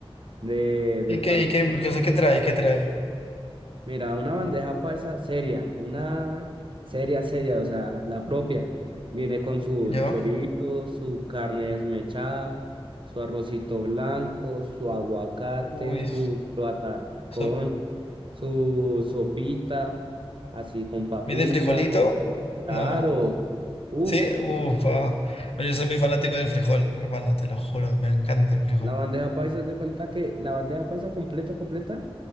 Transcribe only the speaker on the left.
¿Y qué,
y qué, qué, o sea, qué trae? ¿Qué trae?
¿Yo?
Uy.
So-
¿Viene frijolito?
No, no.
¿Sí? Ufa. No, Yo soy muy fanático del frijol, hermano, te lo juro. Me encanta el frijol.